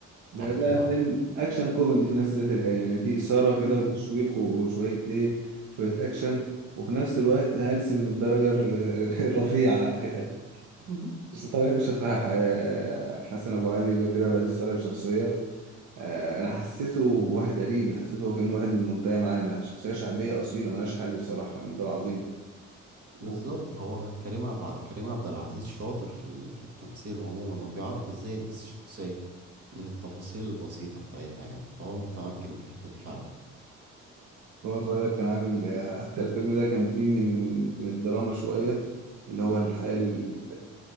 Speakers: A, on the right (about 75°); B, on the right (about 50°).
A: لا
B: بتاع كريم
A: ده
B: عبد
A: فيلم
B: العزيز
A: اكشن كوميدي في نفس ذات الآن يعني في اثاره كده
B: مم.
A: وتشويق وشويه ايه شويه اكشن وفي نفس الوقت هلس من الدرجه ال- ال- الرفيعه <laughs> يعني
B: <laughs>
A: طالع بشخصية حسن أبو علي اللي هو كريم عبد العزيز طالع بشخصية آه، انا حسيته واحد قريبي حسيته هو كأنه واحد من المنطقه معانا شخصيه شعبيه اصيله ملهاش حل بصراحه من دور عظيم وهو
B: بالظبط هو كريم عبد كريم عبد العزيز شاطر في ال... في التمثيل عموما وبيعرف ازاي يلبس الشخصية من التفاصيل البسيطة بتاعتها يعني فهو متمكن من الحتة دي فعلا
A: صغير كان عامل آه، حتى الفيلم ده كان فيه من من من الدراما شويه اللي هو الحياه ال-